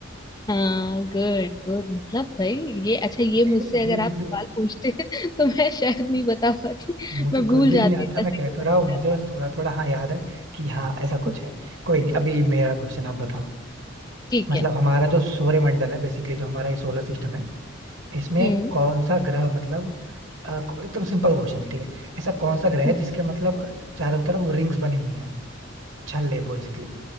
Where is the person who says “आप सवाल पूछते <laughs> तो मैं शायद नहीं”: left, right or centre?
Left